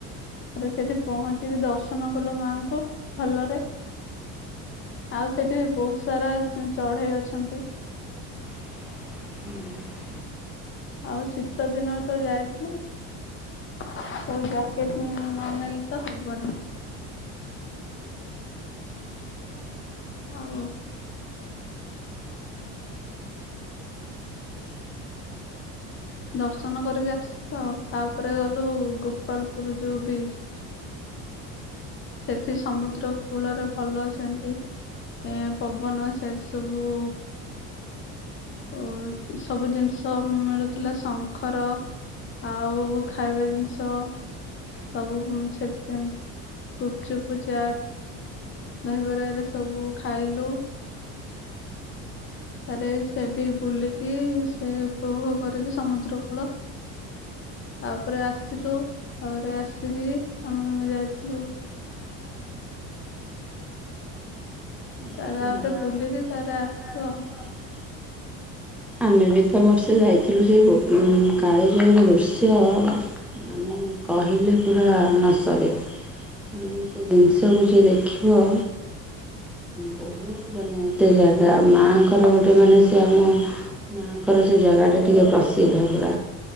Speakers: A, on the left; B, in the centre.
A: ତାପରେ ସେଠି ପହଞ୍ଚିକି ଦର୍ଶନ କଲୁ ମାଆଙ୍କୁ ଭଲରେ। ଆଉ ସେଠି ବହୁତ ସାରା ଚଢେଇ ଅଛନ୍ତି।
B: ହୁଁ
A: ଆଉ ଶୀତ ଦିନରେ ତ ଯାଇଥିଲୁ ଆଉ ଜ୍ୟାକେଟ ନନେଲେ ତ ହବନି। ଆଉ ଦର୍ଶନ କରିକି ଆସିଲୁ ଆଉ ତାପରେ ଗଲୁ ଗୋପାଳପୁର ଯୋଉଁ ବିଚ। ସେଠି ସମୁଦ୍ର କୂଳରେ ଭଲ ସେମିତି ଏ ପବନ ସେଠି ସବୁ ଓ ସବୁ ଜିନିଷ ମିଳୁଥିଲା ଶଙ୍ଖ ର ଆଉ ଖାଇବା ଜିନିଷ ସବୁ ସେଠି ଗୁପଚୁପୁ ଚାଟ ଦହିବରା ଏରା ସବୁ ଖାଇଲୁ। ତାପରେ ସେଠି ବୁଲିକି ସେ ଉପଭୋଗ କରିକି ସମୁଦ୍ର କୂଳ ତାପରେ ଆସିଲୁ ତାପରେ ଆସିକି ଆମେ ଯାଇଥିଲୁ
B: ସେମିତି।
A: ତାପରେ ବୁଲିକି ତରେ
B: ସାରା
A: ଆସିଲ
B: ଆସିବ।
A: ଆଉ।
B: ଆମେ ବି ତ ବର୍ଷେ ଯାଇଥିଲୁ ସେ ଗୋ କାଳିଜାଇ ର ଦୃଶ୍ୟ ମାନେ କହିଲେ ପୁରା ନସରେ ସେ ଜିନିଷକୁ ଯିଏ ଦେଖିବ ବହୁତ ମାନେ ସେ ଜାଗା ମାଆଙ୍କର ଗୋଟେ ମାନେ ସେ ଆମ ମାଆଙ୍କର ସେ ଜାଗାଟା ଟିକେ ପ୍ରସିଦ୍ଧ ପୁରା